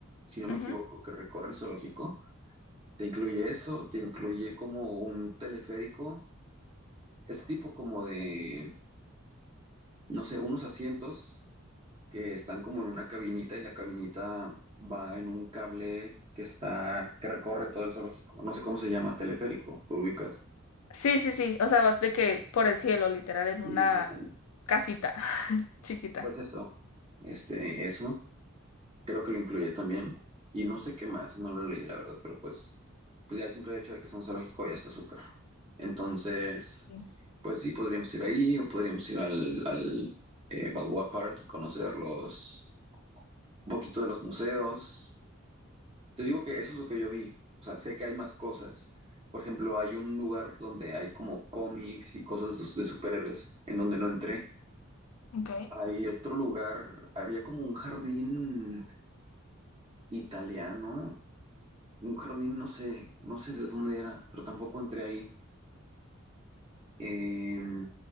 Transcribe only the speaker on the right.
si no me
equivoco, que recorre el zoológico. Te incluye eso, te incluye como un teleférico, ese tipo como de, no sé, unos asientos que están como en una cabinita y la cabinita va en un cable que está, que recorre todo el zoológico. No sé cómo se llama, teleférico, ¿te ubicas?
Sí, sí, sí.
Pues eso, este, eso, creo que lo incluye también. Y no sé qué más, no lo leí, la verdad, pero pues, pues ya el simple hecho de que sea un zoológico ya está súper. Entonces,
pues sí, podríamos ir ahí o podríamos ir al, al eh, Balboa Park y conocer los, un poquito de los museos. Te digo que eso es lo que yo vi. O sea, sé que hay más cosas. Por ejemplo, hay un lugar donde hay como cómics y cosas de de superhéroes, en donde no entré.
Hay otro lugar, había como un jardín italiano, un jardín, no sé, no sé de dónde era, pero tampoco entré ahí. Em,